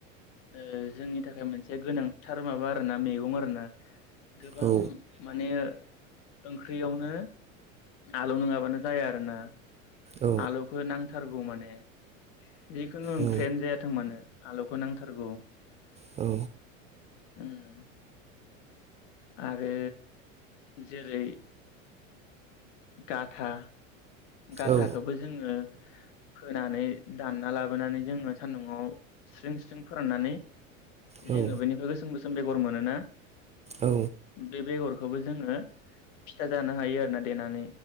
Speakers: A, on the left (about 60°); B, on the right (about 20°).
A: ओ जोंनि थाखाय मोनसे गोनांथार माबा आरोना मैगं आरोना। गोबां
B: औ
A: माने ओं ख्रियावनो आलौ नङाबानो जाया आरोना।
B: औ
A: आलुखौ नांथारगौ माने। ए। जिखुनु ओंख्रि
B: औ
A: यानो जायाथों मानो। आलौखौ नांथारगौ
B: औ।
A: उम। आरो जेरै गाथा गाथा
B: औ
A: खौबो जोङो फोनानै दानना लाबो नानै जोङो सान्दुं आव स्रिं स्रिं फोराननानै
B: औ
A: जोङो बेनिफ्राय गोसोम गोसोम बे बेगर मोनोना
B: औ
A: बे बेगर खौबो जोङो फिथा जानो हायो आरोना देनानै।